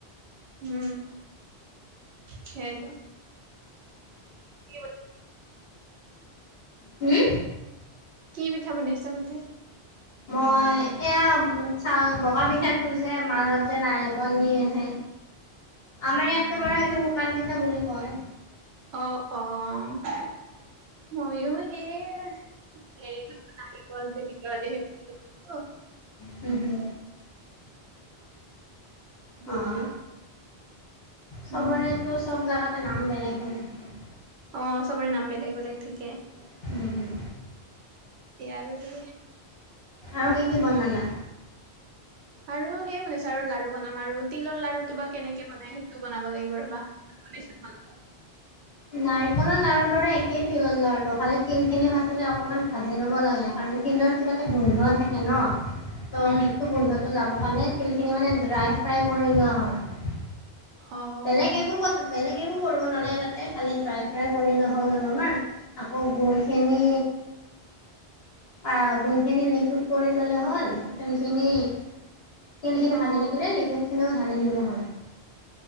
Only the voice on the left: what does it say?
হু
মই এয়া চাও কা পিঠাটো যে মাজত যে নাৰিকল দি আছে আমাৰ ইয়াতো বাৰু সেইটো কান পিঠা বুলি কয়
হুঁ হুঁ
অ অ
চবৰেতটো
চব জেগাতে নাম বেলেগ বেলেগ হয়
হয়।
আৰু কি কি বনালা
নাৰিকলৰ লাৰুৰ দৰে একেই তিলৰ লাৰুটো হলে তিল খিনি ফাৰ্ষ্টটে অকনমান ভাজি ল'ব লাগে কাৰণ তিলৰ কিবা এটা গোন্ধ থাকে ন ত'
সেইটো গোন্ধটো যাব কাৰণে তিলখিনি মানে ড্ৰাই ফ্ৰাই কৰি লোৱা হয়
বেলেগ এক একো ক বেলেগ একো কৰিব নালাগে তাতে খালি ড্ৰাই ফ্ৰাই কৰিলে হ'ল অলপমান আকৌ গুৰখিনি
আহ গুণখিনি লিকুট কৰি ললে হল তিলখিনি তিলখিনি
ভাজি থাকিলে লিকুইট খিনিও ঢালি দিলেই হল